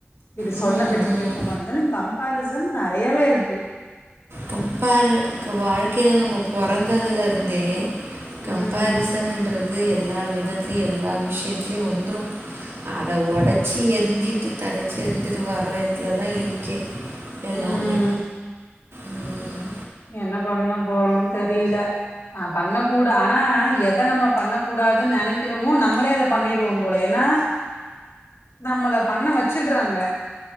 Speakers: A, on the left (about 85°); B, on the right (about 80°).
A: இது
B: ம்,
A: சொன்னபேச்ச
B: ம்.
A: கேக்க மாட்டங்குதுதேனங் கம்பேரிஸ் துன் நறையாவே இருக்கு
B: கம்ப்பேரு இருக்க வாழ்க்கையில நம்போ பொறந்ததுலருந்தே கம்பேரிசனுன்றது
A: ம்
B: எல்லா விதத்திலயு எல்லா விஷ்யத்திலயு வந் ரு அத ஒடச்சி எரிஞ்சிட்டு தகச்சு இருந்துட்டு வர்ற இதுலதா இருக்கே எல்லாமே
A: ம்
B: ம்.
A: என்ன பண்ண போறோன் தெரில ஆ பண்ணக்கூட ஆனா எத நம்ம பண்ணக் கூடாதுன் நெனைக்கிறோமோ நம்மளே அதப் பண்ணிடுவோம் போல ஏன்னா நம்மள பண்ண வெச்சுடுறாங்க